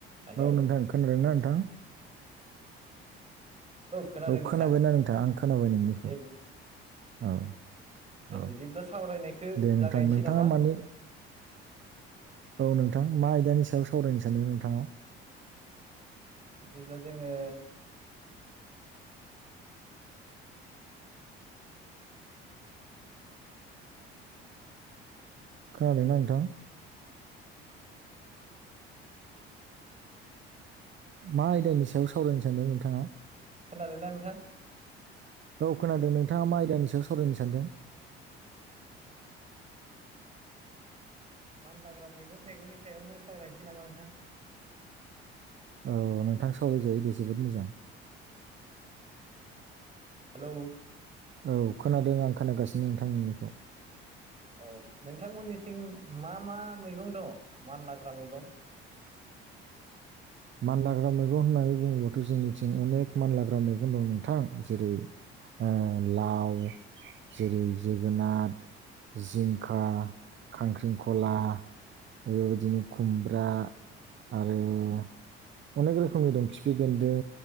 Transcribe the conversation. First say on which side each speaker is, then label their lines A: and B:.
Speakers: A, on the right; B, on the right.
A: Hello
B: औ नोंथां खोनादों ना नोंथां?
A: खोनादों
B: औ
A: नोंथां
B: खोनाबायना नोंथां आं खोनाबाय नोंनिखौ।
A: दे
B: औ
A: दे
B: औ
A: बिदिब्ला सावरायनायखौ
B: दे नोंथां
A: जागायनोसै
B: नोंथाङा
A: नामा
B: मानि औ नोंथां मा आयदानि सायाव सावरायनो सानदों नोंथाङा?
A: बिदिब्ला जोङो
B: खोनादोंना नोंथां? मा आयदानि सायाव सावरायनो सानदों नोंथाङा?
A: खोनादोना नोंथां?
B: औ खोनादो नोंथाङा मा आयदानि सायाव सरायनो सानदों।
A: मानलाग्रा मैगं थाइगंनि सायावनो सावरायनोसै नामा नोंथां।
B: औ नोंथां सावरायजायो दे जोबोद मोजां।
A: हेलौ
B: औ खोनादों आं खोनागासिनो नोंथां नोंनिखौ
A: औ नोंथांमोननिथिं मा मा मैगं दङ मानलाग्रा मैगं।
B: <inaudible> मानलाग्रा मैगं होननानै बुङोबाथ' जोंनिथिं अनेक मानलाग्रा मैगं दं नोंथां जेरै ओ लाव जेरै जोगोनाथ जिंखा, खांख्रिंखला ओ दिनो खुमब्रा आरो अनेक रोखोमनि दं खिफि बेन्दों